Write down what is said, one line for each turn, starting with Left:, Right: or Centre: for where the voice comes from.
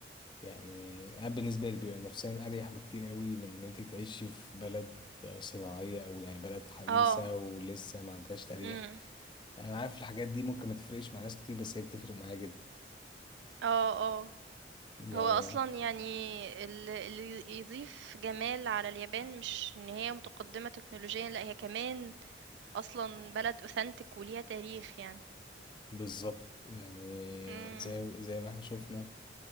Left: يعني أنا بالنسبة لي بيبقى نفسيا أريح بكتير قوي من إن أنت تعيشي في بلد صناعية أو يعني بلد حديثة
Right: آه،
Left: ولسه ما عندهاش تاريخ
Right: إمم،
Left: أنا عارف الحاجات دي ممكن ما تفرقش مع ناس كتير بس هي بتفرق معايا جدا
Right: آه، آه.
Left: يعني
Right: هو أصلًا يعني ال اللي يضيف جمال على اليابان مش إن هي متقدّمة تكنولوجيًا، لأ هي كمان أصلًا بلد authentic وليها تاريخ يعني.
Left: بالظبط يعني
Right: إمم،
Left: زي زي ما احنا شفنا